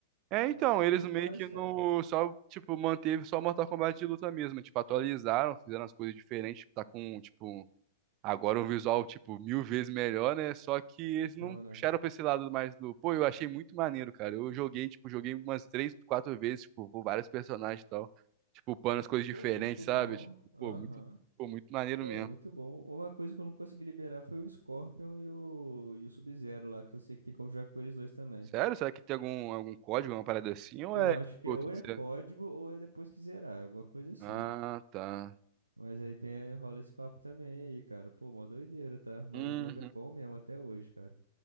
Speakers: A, on the right; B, on the right.
A: É, então,
B: Mas o cara
A: eles
B: não
A: meio
B: faz,
A: que
B: cara.
A: no. Só, tipo, manteve só Mortal Kombat de luta mesmo. Tipo, atualizaram, fizeram as coisas diferentes. Tá com, tipo, agora um visual, tipo, mil vezes melhor, né? Só que eles
B: Então,
A: não
B: né?
A: puxaram pra esse lado mais do. Pô, eu achei muito maneiro, cara. Eu joguei, tipo, joguei umas três, quatro vezes, tipo, com vários personagens e tal. Tipo, upando as coisas diferentes,
B: Pô, muito
A: sabe?
B: bom.
A: Tipo,
B: Aham.
A: pô, muito, pô, muito maneiro
B: Pô,
A: mesmo.
B: é muito bom. Uma coisa que eu não consegui liberar foi o Scorpion e o, e o Sub-Zero lá, que eu sei que tem como jogar com eles dois também.
A: Sério? Será que tem algum, algum código, uma parada assim? Ou
B: Eu
A: é,
B: acho
A: tipo,
B: que é ou
A: tudo
B: é código
A: certo?
B: ou é depois que zerar, alguma coisa assim.
A: Ah, tá.
B: Mas aí tem, rola esse papo também aí, cara. Pô, mó doideira, tá? Mas
A: Uhum.
B: o jogo é bom mesmo até hoje, cara.